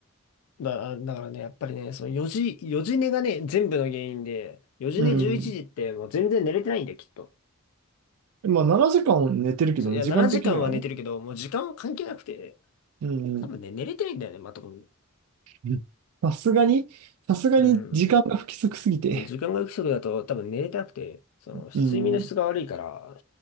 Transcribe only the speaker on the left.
だ、だからね、やっぱりね、その4時、4時寝がね、全部の原因で、4時寝11時ってもう全然寝れてないんだよ、
きっと。
そういや、
7時間は寝てるけど、もう時間は関係なくて、
多分ね、寝れてないんだよね、まともに。
うん。時間が不足だと多分寝れてなくて、その睡眠の質が悪いから、